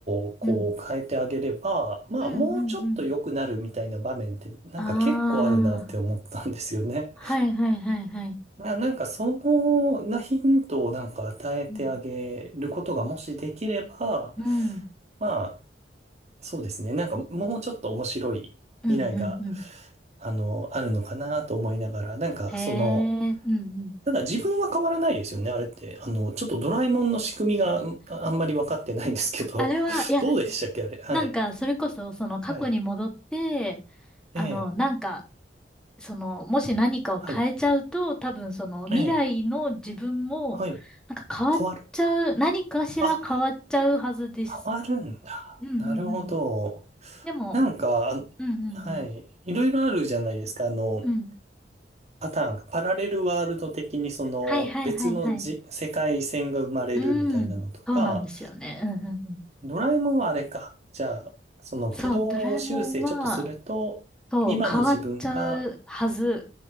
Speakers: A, on the right; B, in the centre.
A: をこう変えてあげれば、
B: うん。
A: まあもうちょっと良くなるみたいな場面ってなんか結構あるなって思ったんですよね。
B: うんうんうん。ああ。はいはいはいはい。
A: な、なんかそのなヒントをなんか与えてあげることがもしできれば、
B: うん。うん。
A: まあそうですね。なんかもうちょっと面白い未来が
B: うんうんうん。
A: あの、あるのかなと思いながら、なんかその、
B: へえ。うんうん。
A: ただ自分は変わらないですよね、あれって。あの、ちょっとドラえもんの仕組みがんあんまり分かってないんですけど、
B: あれは、
A: <laughs>
B: いや、
A: どうでしたっけ、あれ。はい。
B: なんか、それこそ、その過去に戻って、
A: はい。
B: あの、
A: ええ。
B: なんか、その、もし何かを変えちゃうと、
A: はい。
B: 多分その、未来の自分も、
A: ええ。はい。
B: なんか変わっちゃう、
A: 変わる。
B: 何かしら変わっちゃうはずです。
A: あ、変わるんだ。
B: うんうんうん。
A: なるほど。
B: でも、
A: なんか、あ
B: うんうん
A: はい。いろいろあるじゃないですか、あの、
B: うん。うん。
A: パターンが。パラレルワールド的にその別のじ世界線が生まれるみたいなのとか、
B: はいはいはいはい。うん、そうなんですよね。うんうんうん。
A: ドラえもんはあれか。じゃあ、その軌道修正ちょっとすると、
B: そう、ドラえもんは、そう、
A: 今の自分が、
B: 変わっちゃうはず。